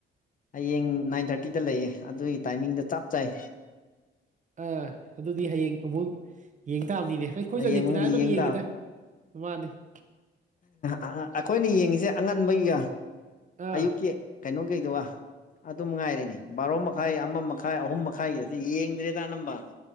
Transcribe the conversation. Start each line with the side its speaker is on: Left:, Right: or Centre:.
Left: ꯍꯌꯦꯡ ꯅꯥꯏꯟ ꯊꯥꯔꯇꯤꯗ ꯂꯩꯌꯦ ꯑꯗꯨꯒꯤ ꯇꯥꯏꯃꯤꯡꯗꯣ ꯆꯞ ꯆꯥꯏ
Right: ꯑꯥ ꯑꯗꯨꯗꯤ ꯍꯌꯦꯡ ꯑꯃꯨꯛ ꯌꯦꯡ ꯇꯥꯕꯅꯤꯅꯦ ꯑꯩꯈꯣꯏꯁꯨ
Left: ꯍꯌꯦꯡ
Right: ꯑꯔꯖꯦꯟꯇꯤꯅꯥꯒꯤ
Left: ꯑꯃꯨꯛ ꯌꯦꯡ
Right: ꯑꯗꯨꯝ ꯌꯦꯡꯉꯤꯗ ꯃꯥꯅꯤ
Left: ꯑꯑ ꯑꯩꯈꯣꯏꯅ ꯌꯦꯡꯉꯤꯁꯦ ꯑꯉꯟꯕꯩꯒ
Right: ꯑꯥ
Left: ꯑꯌꯨꯛꯀꯤ ꯀꯩꯅꯣ ꯀꯩꯗꯨꯒ ꯑꯗꯨꯝ ꯉꯥꯏꯔꯤꯅꯦ ꯕꯥꯔꯣ ꯃꯈꯥꯏ ꯑꯃ ꯃꯈꯥꯏ ꯑꯍꯨꯝ ꯃꯈꯥꯏꯒꯤꯁꯨ ꯌꯦꯡꯗ꯭ꯔꯦꯗ ꯑꯅꯝꯕ